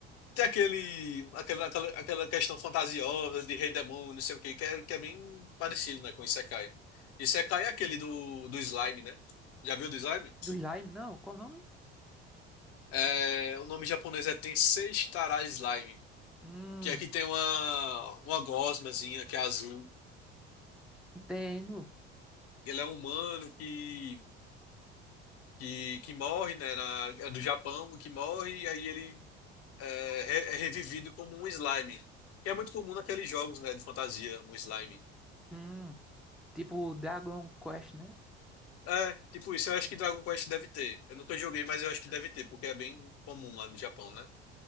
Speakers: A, on the left (about 45°); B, in the centre.
A: Tem aquele, aquela, aquela, aquela questão fantasiosa de rei demônio, não sei o quê, que é, que é bem parecido, né, com Isekai. Isekai é aquele do, do slime, né? Já viu do slime?
B: do slime, não? Qual o nome?
A: É, o nome japonês é Tensei Shitara Slime,
B: Hum,
A: que aqui tem uma, uma gosmazinha que é azul.
B: entendo.
A: Ele é um humano que, que, que morre, né? na- é do Japão, que morre, e aí ele é, re- é revivido como um slime. Que é muito comum naqueles jogos, né, de fantasia, um slime.
B: Hum, tipo Dragon Quest, né?
A: É, tipo isso, eu acho que Dragon Quest deve ter. Eu nunca joguei, mas eu acho que deve ter, porque é bem comum lá no Japão, né?